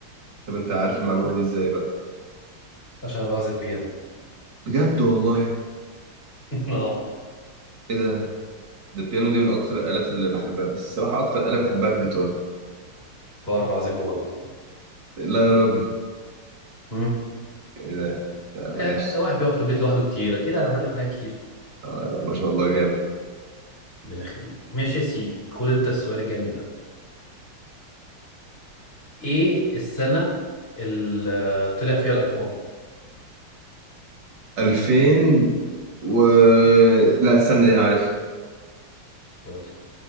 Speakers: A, on the right; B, on the left.
A: طب انت عارف المعلومة دي ازاي بقى
B: عشان انا بعزف بيانو
A: بجد والله
B: <laughs> اه
A: ايه ده ده البيانو دي من اكتر الآلات اللي بحبها بس الصراحة اكتر آلة بحبها الجيتار
B: بعرف اعزفه برضه
A: لا يا راجل
B: مم.
A: ايه ده لا ماشي
B: آه، واحد بيقعد في البيت لوحده كتير اكيد هنتعلم حاجات كتير
A: لا ما شاء الله جامد
B: ربنا يخليك ماشي يا سيدي خد انت السؤال الجامد ده ايه السنه اللي طلع فيها الايفون
A: 2000 و لا استنى دي انا عارف
B: قول لي